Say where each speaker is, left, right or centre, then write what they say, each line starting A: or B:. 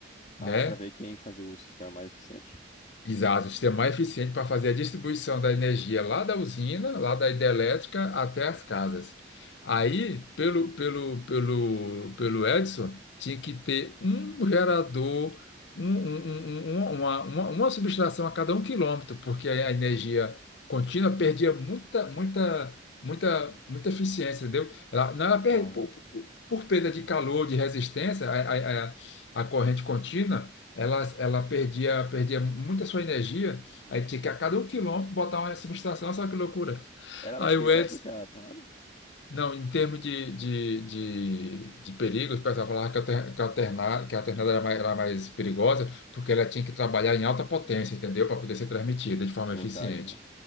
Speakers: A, on the left (about 65°); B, on the left (about 40°).
A: né?
B: Ah, pra ver quem fazia o sistema mais eficiente?
A: Exato, o sistema mais eficiente para fazer a distribuição da energia lá da usina, lá da hidrelétrica até as casas. Aí, pelo, pelo, pelo, pelo Edison tinha que ter um gerador, um- um- um- um- uma, uma, uma subestação a cada um quilômetro, porque a energia contínua perdia muita, muita, muita, muita eficiência, entendeu? Ela, não, ela perde
B: Ah,
A: por, por, por perda de calor, de resistência, a, a, a a corrente contínua. Ela, ela perdia, perdia muita sua energia, aí tinha que a cada um quilômetro botar uma subestação, olha só que loucura.
B: ela
A: Aí
B: é mais perigosa
A: o Edson,
B: do que a alternada?
A: não, em termos de, de, de, de perigos, o pessoal falava que a alter- que a alternada, que a alternada era mais, era mais perigosa, porque ela tinha que trabalhar em alta potência, entendeu? Para poder ser transmitida de forma
B: Voltagem,
A: eficiente.
B: né?